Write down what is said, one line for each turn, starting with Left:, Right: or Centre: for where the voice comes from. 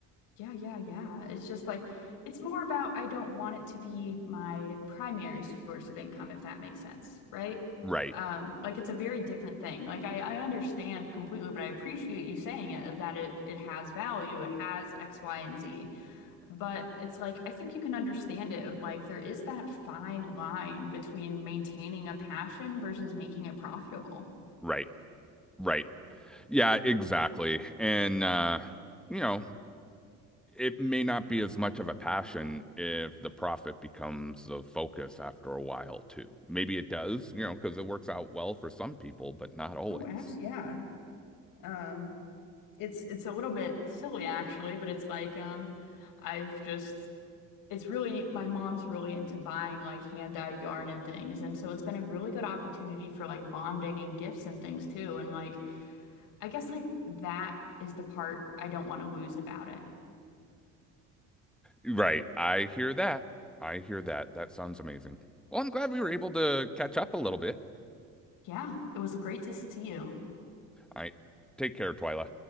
Left: Yeah, yeah, yeah. It's just like it's more about I don't want it to be my primary source of income, if that makes sense, right?
Centre: Right,
Left: Um, like it's a very different thing. Like I, I understand completely, but I appreciate you saying it of that it it has value, it has X, Y, and Z. But it's like, I think you can understand it of like, there is that fine line between maintaining a passion versus making it profitable.
Centre: right, right. Yeah, exactly. And uh, you know. it may not be as much of a passion if the profit becomes the focus after a while too. Maybe it does, you know, because it works out well for some people, but not always.
Left: Oh, abs yeah. Um, It's it's a little bit silly actually, but it's like um I've just it's really my mom's really into buying like hand-dyed yarn and things, and so it's been a really good opportunity for like bonding and gifts and things too. And like I guess like that is the part I don't want to lose about it.
Centre: Right. I hear that. I hear that. That sounds amazing. Well, I'm glad we were able to catch up a little bit.
Left: Yeah, it was great to see you.
Centre: I take care, Twyla.